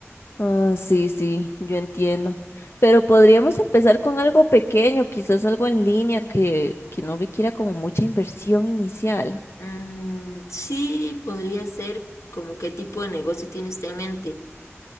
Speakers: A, on the left (about 55°); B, on the left (about 80°).
A: Ah, sí, sí, yo entiendo. Pero podríamos empezar con algo pequeño, quizás algo en línea que, que no requiera como mucha inversión inicial.
B: Mm, sí, podría ser como qué tipo de negocio tiene usted en mente.